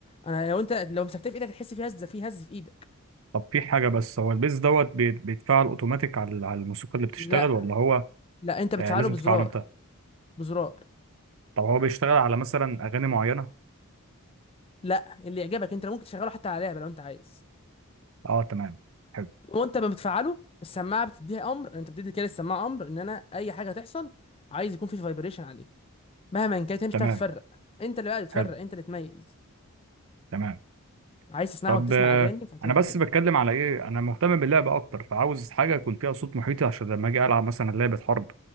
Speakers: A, on the left; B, on the right.
A: انا لو انت لو مسكتها في ايدك هتحس في هزه في هز في ايدك
B: طب في حاجة بس هو البيز دوت بي- بيتفعل اوتوماتيك على على الموسيقى اللي بتشتغل
A: لا
B: ولا هو
A: لا انت بتفعله
B: آه لازم
A: بزرار
B: تفعله انت
A: بزرار
B: طب هو بيشتغل على مثلا اغاني معينة
A: لا اللي يعجبك انت لو ممكن تشغله حتى على لعبه لو انت عايز
B: اه تمام حلو
A: وانت ما بتفعله السماعه بتديها امر انت بتدي كده السماعه امر ان انا اي حاجه هتحصل عايز يكون في فايبريشن عليه مهما كانت هي مش
B: تمام
A: هتعرف تفرق انت اللي بقى تفرق
B: حلو
A: انت اللي تميز
B: تمام
A: عايز تسمعها
B: طب
A: وتسمع
B: آه
A: اغاني فبتعمل
B: انا بس
A: كده
B: بتكلم على ايه انا مهتم باللعب اكتر فعاوز حاجة يكون فيها صوت محيطي عشان لما اجي العب مثلا لعبة حرب